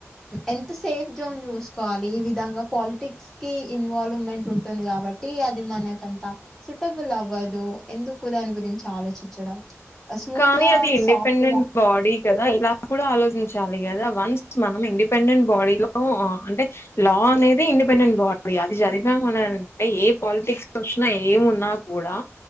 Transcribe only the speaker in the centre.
ఎంత సేఫ్ జోన్ చూసుకోవాలి ఈ విధంగా పాలిటిక్స్ కి ఇన్వాల్వ్మెంట్ ఉంటుంది కాబట్టి అది మనకంత సూటబుల్ అవ్వదు ఎందుకు దాని గురించి ఆలోచించడం స్మూత్
గా
సాఫ్ట్ గా